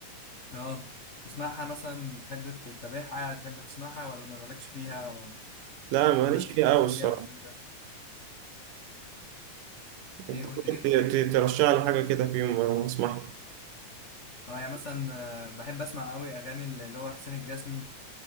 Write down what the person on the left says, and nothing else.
اه تسمعها مثلا بتحب تتابعها تحب تسمعها ولا ما مالكش فيها او
ما بتركز
فيها والكلام ده
ايه قلت
ايه
اه يعني مثلا آه، بحب اسمع قوي اغاني اللي هو حسين الجسمي